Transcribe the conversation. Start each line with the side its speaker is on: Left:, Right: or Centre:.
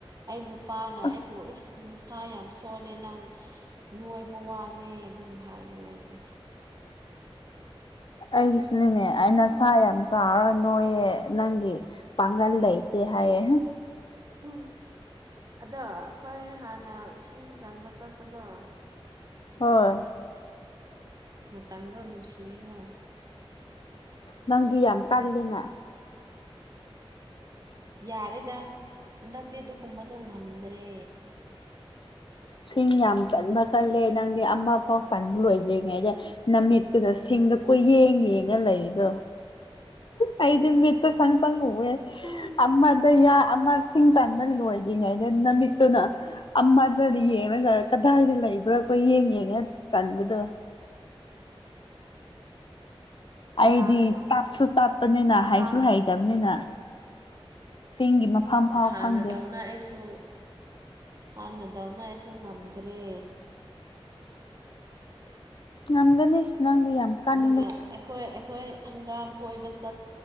Right: ꯑꯩ ꯅꯨꯄꯥꯅ
Left: ꯑꯁ
Right: ꯑꯩꯕꯨ ꯏꯁ ꯑꯗꯨ ꯅꯁꯥꯥ ꯌꯥꯝ ꯁꯣꯜꯂꯦ ꯅꯪ ꯅꯣꯏꯕ ꯋꯥꯅꯦ ꯑꯗꯨꯝ ꯍꯥꯏꯔꯒ ꯂꯩꯕꯅꯦ
Left: ꯑꯩꯒꯤꯁꯨꯅꯦꯅꯦ ꯑꯩ ꯅꯁꯥ ꯌꯥꯝ ꯆꯥꯎꯔ ꯅꯣꯏꯌꯦ ꯅꯪꯒꯤ ꯄꯥꯡꯒꯜ ꯂꯩꯇꯦ ꯍꯥꯏꯌꯦ
Right: ꯍꯝ ꯑꯗꯣ ꯑꯩꯈꯣꯏ ꯍꯥꯟꯅ ꯁꯤꯡ ꯆꯟꯕ ꯆꯠꯄꯗꯣ
Left: ꯍꯣꯏ
Right: ꯃꯇꯝꯗꯣ ꯅꯨꯡꯁꯤꯌꯦꯀꯣ
Left: ꯅꯪꯗꯤ ꯌꯥꯝ ꯀꯜꯂꯤꯅ
Right: <unintelligible> ꯌꯥꯔꯦꯗ ꯍꯟꯗꯛꯇꯤ ꯑꯗꯨ ꯀꯨꯝꯕꯗꯣ ꯉꯝꯗ꯭ꯔꯦ
Left: ꯁꯤꯡ ꯌꯥꯝ ꯆꯟꯕ ꯀꯜꯂꯦ ꯅꯪꯗꯤ ꯑꯃꯐꯥꯎ ꯆꯟꯕ ꯂꯣꯏꯗ꯭ꯔꯤꯉꯩꯗ ꯅꯃꯤꯠꯇꯨꯅ ꯁꯤꯡꯗ ꯀꯨꯌꯦꯡ ꯌꯦꯡꯉ ꯂꯩꯗꯣ ꯑꯩꯗꯤ ꯃꯤꯠꯇ ꯁꯪꯆꯪ ꯎꯋꯦ
Right: ꯎꯝ
Left: ꯑꯃꯗ ꯌꯥ ꯑꯃ ꯁꯤꯡ ꯆꯟꯕ ꯂꯣꯏ ꯉꯩꯗ ꯅꯃꯤꯠꯇꯨꯅ ꯑꯃꯗ ꯌꯦꯡꯔꯒ ꯀꯗꯥꯏꯗ ꯂꯩꯕ꯭ꯔꯥ ꯀꯣꯏꯌꯦꯡ ꯌꯦꯡꯉ ꯆꯟꯕꯗꯣ ꯑꯩꯗꯤ
Right: ꯌꯥꯔꯦꯗ
Left: ꯇꯞꯁꯨ ꯇꯞꯄꯅꯤꯅ
Right: ꯍꯥꯟ
Left: ꯍꯩꯁꯨ ꯍꯩꯗꯕꯅꯤꯅ ꯁꯤꯡꯒꯤ ꯃꯐꯝ ꯐꯥꯎ
Right: ꯍꯥꯟꯅꯗꯧꯅ
Left: ꯈꯪꯗꯦ
Right: ꯑꯩꯁꯨ ꯍꯥꯟꯅꯗꯧꯅ ꯑꯩꯁꯨ ꯉꯝꯗ꯭ꯔꯦ
Left: ꯉꯝꯒꯅꯤ ꯅꯪꯗꯤ ꯌꯥꯝ ꯀꯟꯕꯅꯤꯅ
Right: ꯑꯗꯨꯒ ꯑꯩꯈꯣꯏ ꯑꯩꯈꯣꯏ ꯍꯪꯒꯥꯝ ꯐꯣꯏꯕ ꯆꯠ